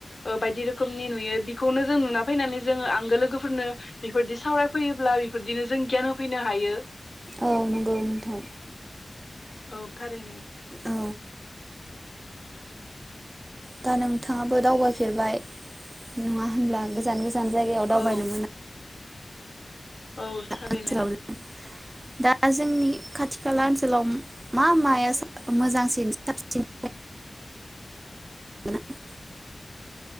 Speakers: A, on the left (about 50°); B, on the right (about 35°).
A: ओ बायदि रोखोमनि नुयो बिखौनो जों नुना फैनानै जोङो आंगो लोगोफोरनो बेफोरदि सावरायफैयोब्ला बिदिनो जों गियान होफैनो हायो
B: औ नंगौ नोंथां
A: औ थारैनो।
B: औ दा नोंथाङाबो दावबायफेरबाय नङा होनब्ला गोजान गोजा जान जायगायाव दावबायनो
A: औ
B: मोना
A: औ थारैनो।
B: ओनसोलाव दा जोंनि खाथि खाला ओनसोलाव मा माया मोजांसिन साबसिन <unintelligible>